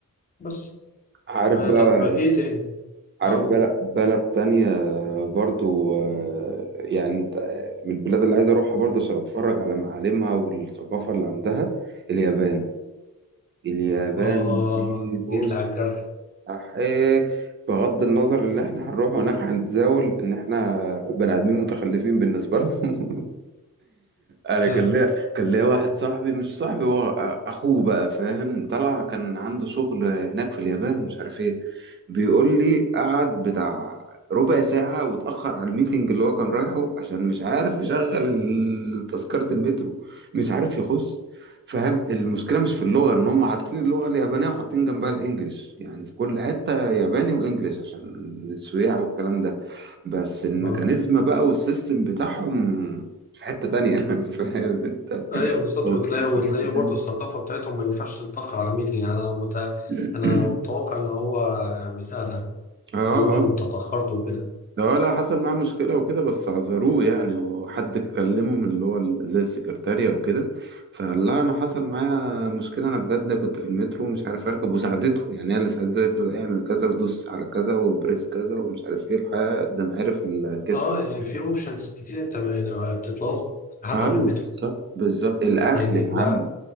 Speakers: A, on the left (about 25°); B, on the right (about 35°).
A: بس
B: عارف
A: آه
B: بقى
A: طب ايه تاني
B: عارف
A: اقول
B: بلد بلد تانية برضو آه، يعني انت- من البلاد اللي عايز اروحها برضو عشان اتفرج على معالمها والثقافه اللي عندها اليابان اليابان
A: اه
B: دي بص
A: جيت لي على الجرح
B: أحيه بغض النظر ان احنا هنروح هناك هنتزاول ان احنا بني ادمين متخلفين بالنسبه لهم <laughs> انا
A: <laughs>
B: كان ليا كان ليا واحد صاحبي مش صاحبي هو أ- اخوه بقى فاهم طلع كان عنده شغل هناك في اليابان ومش عارف ايه بيقول لي قعد بتاع ربع ساعة واتأخر على الميتنج اللي هو كان رايحه عشان مش عارف يشغل ال- تذكرة المترو مش عارف يخش فاهم المشكلة مش في اللغة ان هم حاطين اللغة اليابانية وحاطين جنبها الانجليش يعني في كل حتة ياباني وانجليش عشان السياح والكلام ده بس الميكانيزم
A: اه
B: بقى والسيستم بتاعهم في حتة تانية <laughs> فاهم انت
A: ايوه بالظبط
B: بفكر
A: وتلاقي
B: في
A: وتلاقي
B: حتة
A: برضه
B: تانية
A: الثقافه بتاعتهم ما ينفعش تتاخر على ميتنج يعني انا متع...
B: <clears throat>
A: انا متوقع ان هو بتاع ده
B: اه
A: يقول
B: اه
A: له انت اتاخرت وكده
B: اه لا حصل معاه مشكلة وكده بس عذروه يعني وحد اتكلمه من اللي هو ال- زي السكرتارية وكده فقال لها أنا حصل معايا مشكلة أنا بجد كنت في المترو ومش عارف أركب وساعدته يعني هي اللي ساعدته قالت له اعمل كذا ودوس على كذا وبريس كذا ومش عارف إيه لحد ما عرف الكت
A: اه يعني في اوبشنز كتير انت بتطلب حتى
B: ايوه
A: في المترو
B: بالظبط بالظبط الاكل
A: يعني
B: يا
A: لا
B: عم